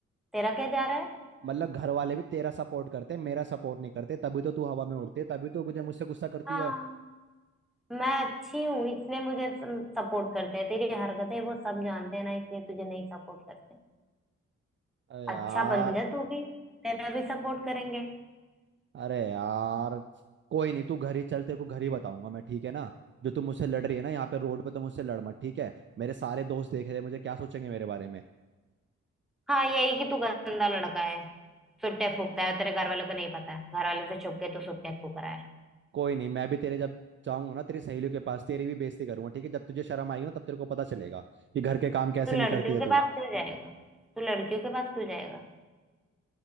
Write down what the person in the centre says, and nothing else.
तेरा क्या जा रहा है
हाँ
मैं अच्छी हूँ इसलिए मुझे सपोर्ट करते हैं तेरी हरकतें वो सब जानते हैं ना इसलिए तुझे नहीं सपोर्ट करते
अच्छा बन जा तू भी तेरा भी सपोर्ट करेंगे
हाँ यही कि तू गंदा लड़का है सुट्टे फूकता है तेरे घर वालों को नहीं पता है घर वालों से छुप के तू सुट्टे फूक रहा है
तू लड़कियों
के
पास क्यों जाएगा तू लड़कियों के पास क्यों जाएगा